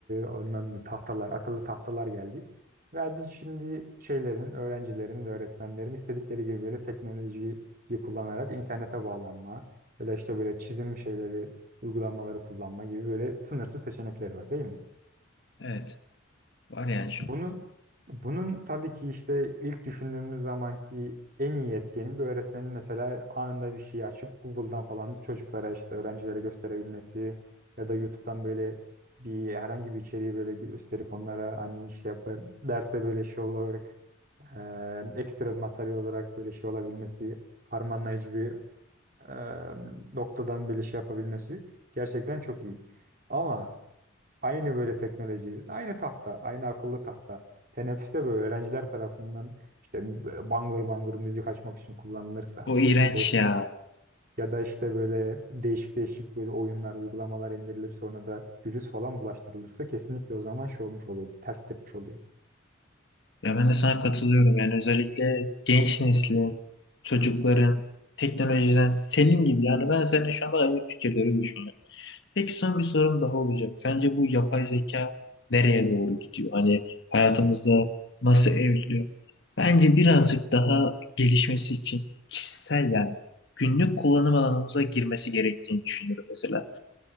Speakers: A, on the right (about 45°); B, on the left (about 60°).
A: onların tahtalar, akıllı tahtalar geldi. Ve hadi şimdi şeylerin, öğrencilerin ve öğretmenlerin istedikleri gibi böyle teknolojiyi kullanarak internete bağlanma ya da işte böyle çizim şeyleri, uygulamaları kullanma gibi böyle sınırsız seçenekleri var, değil mi?
B: Evet. Var yani şu
A: Bunu, bunun tabii ki işte ilk düşündüğümüz zamanki en iyi etkeni bir öğretmenin mesela anında bir şeyi açıp Google'dan falan çocuklara işte öğrencilere gösterebilmesi ya da YouTube'dan böyle bir herhangi bir içeriği böyle gösterip onlara hani işte yap derse böyle şey olarak e, ekstra bir materyal olarak böyle şey olabilmesi harmanlayıcı bir e, noktadan böyle şey yapabilmesi gerçekten çok iyi. Ama Aynı böyle teknoloji, aynı tahta, aynı akıllı tahta. Teneffüste böyle öğrenciler tarafından işte böyle bangır bangır müzik açmak için kullanılırsa
B: O iğrenç
A: ya da işte,
B: ya.
A: ya da işte böyle değişik değişik böyle oyunlar, uygulamalar indirilip sonra da virüs falan bulaştırılırsa kesinlikle o zaman şey olmuş oluyor, ters tepmiş oluyor.
B: Ya ben de sana katılıyorum. Yani özellikle genç neslin, çocukların teknolojiden senin gibi yani ben seninle şu anda aynı fikirleri düşünüyorum. Peki son bir sorum daha olacak. Sence bu yapay zeka nereye doğru gidiyor? Hani hayatımızda nasıl evriliyor? Bence birazcık daha gelişmesi için kişisel yani günlük kullanım alanımıza girmesi gerektiğini düşünüyorum mesela.